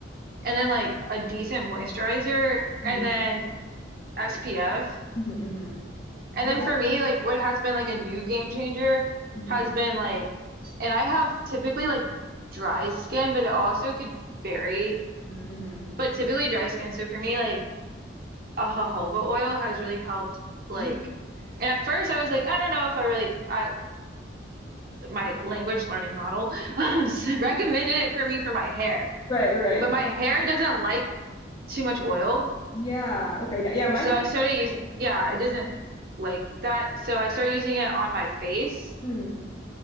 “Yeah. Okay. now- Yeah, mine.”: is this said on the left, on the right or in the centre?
Left